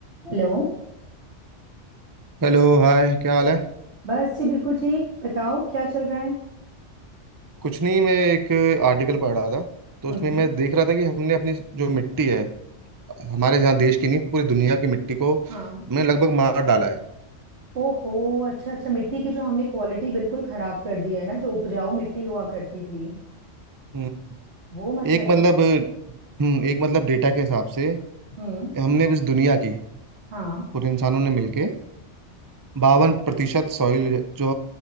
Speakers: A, on the right (about 60°); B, on the right (about 25°).
A: Hello
B: Hello hi क्या हाल है
A: बस जी बिल्कुल ठीक बताओ क्या चल रहा है
B: कुछ नहीं मैं एक आर्टिकल पढ़ रहा था तो
A: हम्म
B: उसमें मैं देख रहा था कि हमने अपनी जो मिट्टी है हमारे यहाँ देश की नहीं पूरी दुनिया की मिट्टी को
A: हाँ
B: हमने लगभग मार डाला है
A: ओहो अच्छा अच्छा मिट्टी की जो हमने क्वालिटी बिल्कुल खराब कर दी है ना जो उपजाऊ मिट्टी हुआ करती थी
B: हम्म,
A: वो मतलब
B: एक मतलब
A: है
B: हम्म, एक मतलब डेटा के हिसाब से
A: हम्म
B: हमने इस दुनिया की
A: हाँ
B: पूरे इंसानों ने मिलके बावन प्रतिशत सॉइल जो